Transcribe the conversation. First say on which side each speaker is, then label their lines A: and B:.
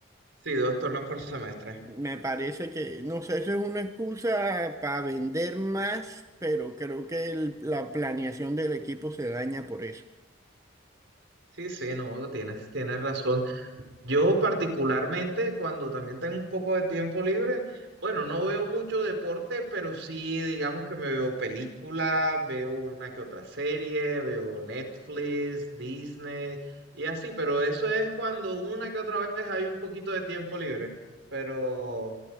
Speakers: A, on the right; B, on the right.
A: Sí, dos torneos por semestre.
B: Me parece que, no sé, eso es una excusa para vender más, pero creo que el- la planeación del equipo se daña por eso.
A: Sí, sí, no, tienes, tienes razón. Yo particularmente cuando también tengo un poco de tiempo libre, bueno, no veo mucho deporte, pero sí digamos que me veo películas, veo una que otra serie, veo Netflix, Disney y así, pero eso es cuando una que otra vez hay un poquito de tiempo libre, pero,